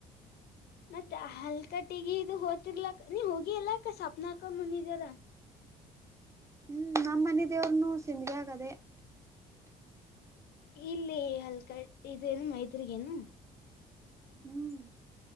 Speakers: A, on the left; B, on the right.
A: ಮತ್ತೆ ಹಲ್ಕಟ್ಟಿಗ ಇ ಹೋತಿರ್ಲಾಕ್ಕ ನೀ ಹೋಗಿ ಎಲ್ಲಾಕ್ಕ ಸ್ವಪ್ನ ಹಾಕ ಮುಂದಿದಾರ
B: ಹ್ಮ್ ನಮ್ಮ್ ಮನೆ ದೇವ್ರನು ಸಿಿಂದಗ ಆಗದೆೇ
A: ಇಲ್ಲಿ ಹಲ್ಕ ಇದೇನು ಮೈದರಿಗೇನು
B: ಹ್ಮ್ <unintelligible>